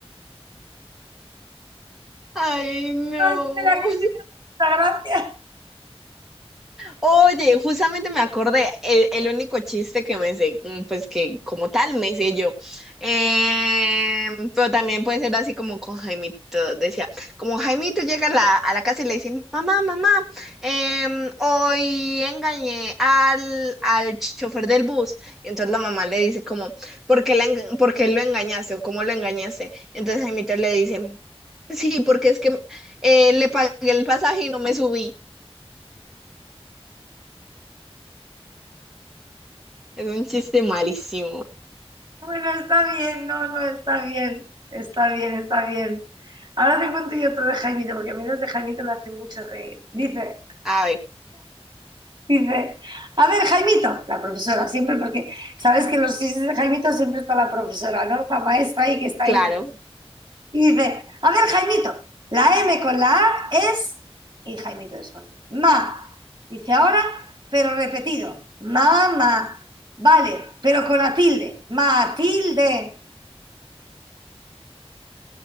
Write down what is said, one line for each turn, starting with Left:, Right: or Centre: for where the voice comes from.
Centre: Ay, no.
Right: Espera, que tiene mucha gracia.
Centre: Oye, justamente me acordé, el, el único chiste que me sé, mm, pues que como tal me sé yo. Em, pero también puede ser así como con Jaimito, decía, como Jaimito llega a la, a la casa y le dice, mamá, mamá, em, hoy engañé al, al chofer del bus. Y entonces la mamá le dice como, ¿por qué, la enga- por qué lo engañaste o cómo lo engañaste? Entonces Jaimito le dice, sí, porque es que eh, le pagué el pasaje y no me subí. Es un chiste malísimo.
Right: Bueno, está bien, no, no, está bien, está bien, está bien. Ahora te cuento yo otro de Jaimito, porque a mí los de Jaimito me hacen mucho reír. Dice,
Centre: A ver,
Right: dice, a ver, Jaimito, la profesora, siempre, porque sabes que en los chistes de Jaimito siempre está la profesora, ¿no? La maestra ahí que está
Centre: claro.
Right: ahí Y dice, a ver, Jaimito, la M con la A es, y Jaimito responde, ma. Dice ahora, pero repetido, mamá. Vale, pero con la tilde, Matilde.